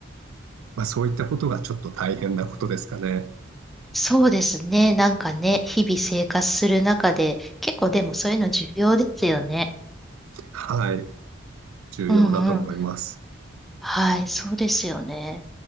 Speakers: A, on the right; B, in the centre.
A: まあ、そういったことがちょっと大変なことですかね。
B: そうですね。なんかね、日々生活する中で、結構でもそういうの重要ですよね。
A: はい。重要だと思います。
B: うんうん。はい、そうですよね。